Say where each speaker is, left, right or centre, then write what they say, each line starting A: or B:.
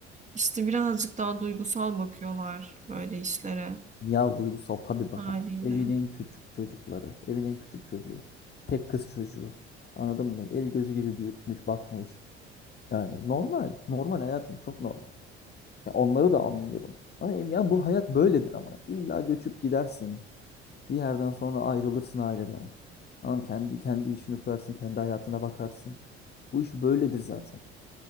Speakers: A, on the right; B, on the left.
A: işte birazcık daha duygusal bakıyorlar böyle işlere
B: Ya duygusal tabii bakan.
A: haliyle.
B: Evin en küçük çocukları, evin en küçük çocuğu, tek kız çocuğu. Anladın mı? El gözü gibi büyütmüş, bakmış. Yani normal, normal hayatım çok normal. Ya onları da anlıyorum. Ama em- ya bu hayat böyledir ama. İlla göçüp gidersin. Bir yerden sonra ayrılırsın aileden. Anam kendi kendi işini kurarsın, kendi hayatına bakarsın. Bu iş böyledir zaten.